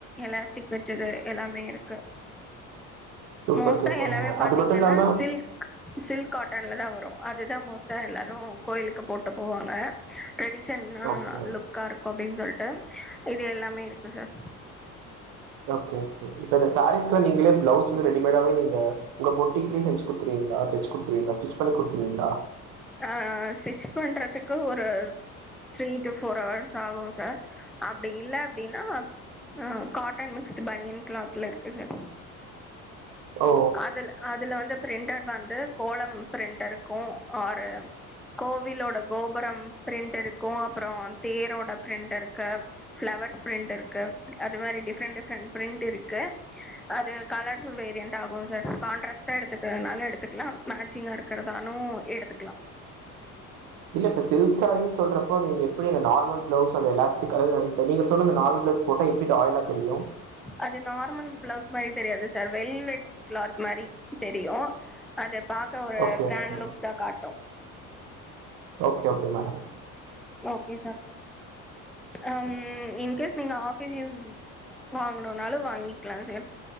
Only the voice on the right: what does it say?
சூப்பர்
சூப்பர்ங்க
அது மட்டு இல்லாம
ஓகே
ஓகே ஓகே இப்ப இந்த சாரீஸ்லா நீங்களே பிளவுஸ் வந்து ரெடிமேடாவே நீங்க உங்க பொட்டிக்லே செஞ்சு குத்துருவிங்ளா தச்சு குடுத்துருவிங்ளா ஸ்டிச் பண்ணி குடுத்துருவிங்ளா?
ஓ
இல்ல இப்ப சில்க்சேரின் சொல்றப்போ நீங்க எப்டி அந்த நார்மல் ப்ளவுஸ் அந்த எலாஸ்டிக்ல அது நீங்க சொன்ன அந்த நார்மல் ப்ளவுஸ் போட்டா எப்டி ராயல்லா தெரியு
ஓகே
ஓகே
okay okay madam